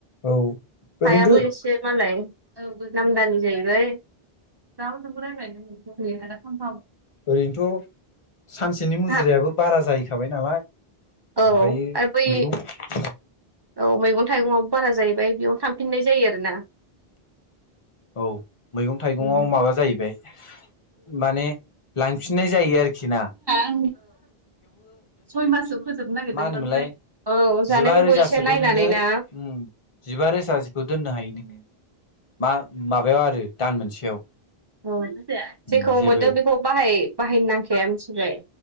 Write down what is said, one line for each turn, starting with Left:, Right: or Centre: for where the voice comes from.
Left: औ
Right: हायाबो
Left: रिन्दु
Right: एसे मालाय औ गो नाम दलि जाहैबाय रावजोंबो राय्लायनो मोन बे
Left: ओरैनोथ सानसेनि मुजिरायाबो
Right: हा
Left: बारा जाहैखाबाय नालाय
Right: औ
Left: ओमफ्राययो
Right: आरो बै
Left: मैगं
Right: औ मैगं थाइगंआ बारा जाहैबाय बेयावनो थांफिननाय जायो आरोना
Left: औ मैगं थाइगंआव
Right: उम
Left: माबा जाहैबाय माने लांफिननाय जायो बे आरोखिना
Right: औ सय माससो फोजोबनो नागिरदोंमोन
Left: मा होनोमोनलाय
Right: ओमफ्राय औ जानायफोरखौ
Left: जिबा रोजासोखौ
Right: एसे नायनानै
Left: नोङो
Right: ना
Left: उम जिबा रोजा जिखौ दोननो हायो नोङो मा माबायाव आरो दान मोनसेयाव
Right: औ
Left: उम
Right: जेखौ
Left: जेबो
Right: मोनदों बेखौ बाहाय बाहायनो नांखाया मिथिबाय